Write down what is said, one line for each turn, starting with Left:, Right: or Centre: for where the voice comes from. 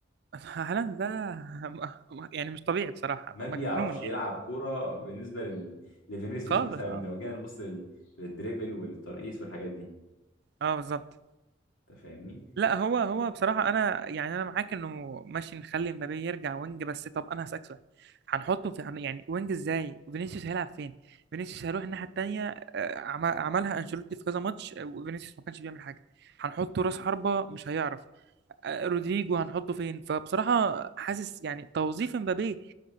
Right: هالاند ده <laughs> م- م- يعني مش طبيعي بصراحة
Left: ما بيعرفش
Right: مجنون يعني
Left: يلعب كوره بالنسبه لل... لفينيسيوس
Right: خالص
Left: مثلا
Right: اه
Left: لو جينا نبص لل... للدريبل والترقيص والحاجات دي
Right: اه بالظبط
Left: انت فاهمني
Right: لا هو هو بصراحة أنا يعني أنا معاك إنه ماشي نخلي مبابي يرجع وينج بس طب أنا هسألك سؤال هنحطه في هن- يعني وينج إزاي؟ فينيسيوس هيلعب فين؟ فينيسيوس هيروح الناحية التانية آه، عم- عملها أنشيلوتي في كذا ماتش آه، وفينيسيوس ما كانش بيعمل حاجة هنحطه راس حربة مش هيعرف آه، رودريجو هنحطه فين فبصراحة حاسس يعني توظيف مبابي